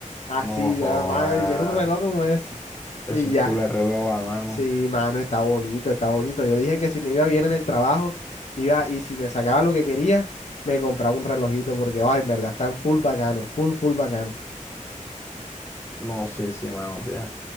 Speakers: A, on the left; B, on the left.
A: Así,
B: No jodas.
A: nada más, ay, quiero un reloj como ese.
B: Eso
A: Y
B: es
A: ya.
B: culo de reloj, mano.
A: Sí, mano, está bonito, está bonito. Yo dije que si me iba bien en el trabajo, iba, y si me sacaba lo que quería, me compraba un relojito, porque, ay, en verdad, están full bacano, full, full bacano.
B: No, sí, sí, mano, tía.